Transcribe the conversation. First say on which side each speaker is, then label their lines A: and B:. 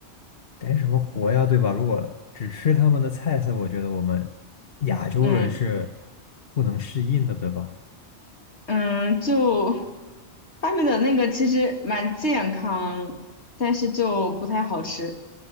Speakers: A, on the left; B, on the left.
A: 干什么活呀，对吧？如果只吃他们的菜色，我觉得我们亚洲人是
B: 嗯。
A: 不能适应的，对吧？
B: 嗯，就发明的那个其实蛮健康，但是就不太好吃。